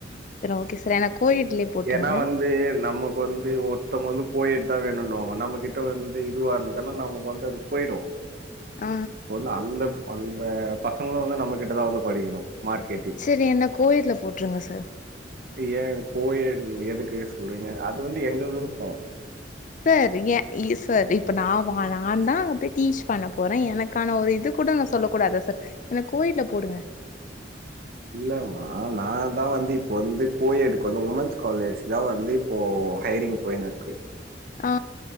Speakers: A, on the left; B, on the right.
A: சரி ஓகே சார் என்ன கோயட்லயே போட்ருங்க
B: ஏனா வந் து நமக்கு வந்து ஒருத்தவங்க வந்து கோயெட் தா வேணுன்னு வாங்க நம்ம கிட்ட வந்து இதுவாருந்ததுனா நமக்கு வந்து அது போயிடு
A: ஆ
B: இப்ப வந்து அந்த அந்த பசங்களு வந்து நம்ம கிட்டதா வந்து படிக்கணு மார்க்கெட்டிங்
A: சரி என்ன கோயெட்ல போட்ருங்க சர்
B: ஏ கோயேட் எதுக்கு சொல்றீங்க அது வந்து எங்க விருப்போ
A: சர் ஏ இசர் இப்ப நா வா நான்தா அங்க போய் டீச் பண்ண போறே எனக் க்கான ஒரு இது கூட நா சொல்ல கூடாதா சார் என்ன கோயெட்ல போடுங்க
B: இல்லமா நா தா வந்து இப்போ வந்து கோயெடுக்கு வந்து உமன்ஸ் காலேஜ்தா வந்து இப்போ ஹையரிங் போயினு இருக்கு
A: ஆ